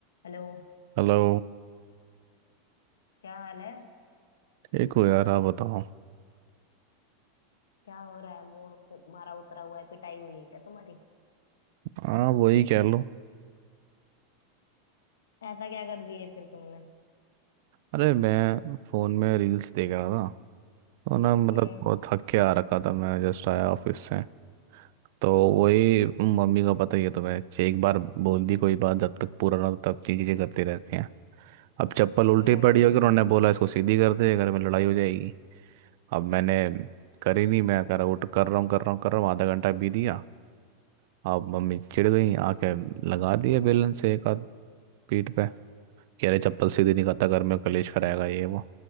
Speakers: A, on the left; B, on the right.
A: Hello
B: Hello
A: क्या हाल है
B: एक हो यार आप बताओ
A: क्या हो रहा है मूड क- तुम्हारा उतरा हुआ है पिटाई हुई है क्या तुम्हारी
B: हाँ वही कह लो
A: ऐसा क्या कर दिए फिर तुमने
B: अरे मैं फ़ोन में रील्स देख रहा था तो ना मतलब
A: हम्म
B: बहुत थक के आ रखा था मैं जस्ट आया ऑफिस से तो
A: हम्म
B: वही मम्मी का पता ही है तुम्हें एक बार बोल दी कोई बात जब तक पूरा ना हो, तब की चीज़ें करती रहती हैं अब चप्पल उल्टी
A: हम्म
B: पड़ी होगी उन्होंने बोला इसको सीधी कर दे घर में लड़ाई हो जाएगी अब मैंने करी नहीं मैं कर उठ कर रहा हूँ कर रहा हूँ कर रहा हूँ आधा घंटा बीत गया अब मम्मी चिढ़ गई आके लगा दिए बेलन से एक आध पीठ पे कि अरे चप्पल सीधी नहीं खाता घर में कलेश कराएगा ये वो